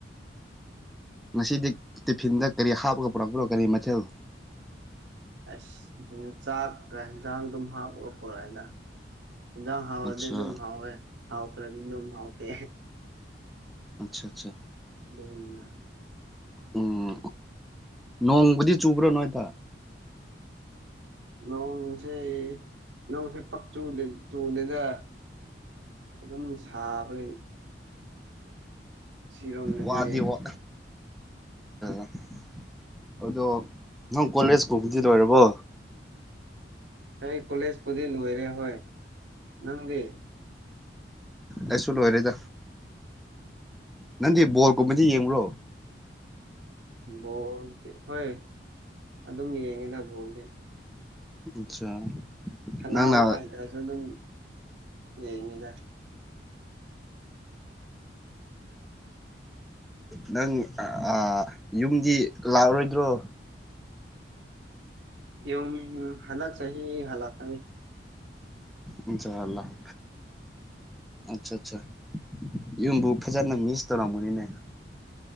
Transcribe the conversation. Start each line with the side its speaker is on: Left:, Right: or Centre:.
Centre: ꯉꯁꯤꯗꯤ ꯇꯤꯐꯤꯟꯗ ꯀꯔꯤ ꯍꯥꯞꯄꯒ ꯄꯨꯔꯛꯄ꯭ꯔꯣ ꯀꯔꯤ ꯃꯊꯦꯜ
Right: ꯑꯩꯁ <unintelligible> ꯆꯥꯛꯀ ꯍꯤꯟꯖꯥꯡ ꯑꯗꯨꯝ ꯍꯥꯞꯄꯒ ꯄꯣꯔꯛꯑꯦꯗ ꯏꯟꯖꯥꯡ ꯍꯥꯎꯔꯗꯤ
Centre: ꯑꯠꯆꯥ
Right: ꯑꯗꯨꯝ ꯍꯥꯎꯋꯦ ꯍꯥꯎꯇ꯭ꯔꯗꯤ ꯑꯗꯨꯝ ꯍꯥꯎꯇꯦ
Centre: ꯑꯠꯁꯥ ꯑꯠꯁꯥ
Right: <unintelligible>
Centre: ꯎꯝ ꯅꯣꯡꯕꯨꯗꯤ ꯆꯨꯕ꯭ꯔꯣ ꯅꯣꯏꯗ
Right: ꯅꯣꯡꯁꯦ ꯅꯣꯡꯁꯦ ꯄꯛꯆꯨꯗꯤ ꯆꯨꯗꯦꯗ ꯑꯗꯨꯝ ꯁꯥꯕꯒꯤꯅꯤ ꯁꯤꯔꯣꯝꯗꯗꯤ
Centre: ꯋꯥꯗꯤ ꯋꯥ <unintelligible> ꯑꯗꯣ ꯅꯪ ꯀꯣꯂꯦꯖ ꯀꯨꯝꯕꯗꯤ ꯂꯣꯏꯔꯕꯣ
Right: ꯑꯩ ꯀꯣꯂꯦꯖꯄꯨꯗꯤ ꯂꯣꯏꯔꯦ ꯍꯣꯏ ꯅꯪꯗꯤ
Centre: ꯑꯩꯁꯨ ꯂꯣꯏꯔꯦꯗ ꯅꯪꯗꯤ ꯕꯣꯜ ꯀꯨꯝꯕꯗꯤ ꯌꯦꯡꯕ꯭ꯔꯣ
Right: ꯕꯣꯜꯗꯤ ꯍꯣꯏ ꯑꯗꯨꯝ ꯌꯦꯡꯉꯤꯗ ꯕꯣꯜꯗꯤ
Centre: <unintelligible>
Right: ꯁꯥꯟꯅꯕ
Centre: ꯅꯪꯅ
Right: ꯍꯥꯏꯗ꯭ꯔꯁꯨ ꯗꯨꯝ ꯌꯦꯡꯉꯤꯗ
Centre: ꯅꯪ ꯑꯥ ꯌꯨꯝꯗꯤ ꯂꯥꯎꯔꯣꯏꯗ꯭ꯔꯣ <inaudible>
Right: ꯌꯨꯝ ꯍꯟꯗꯛ ꯆꯍꯤ ꯍꯂꯛꯀꯅꯤ
Centre: <unintelligible> ꯑꯠꯆꯥ ꯆꯥ ꯌꯨꯝꯕꯨ ꯐꯖꯟꯅ ꯃꯤꯁ ꯇꯧꯔꯝꯒꯅꯤꯅꯦ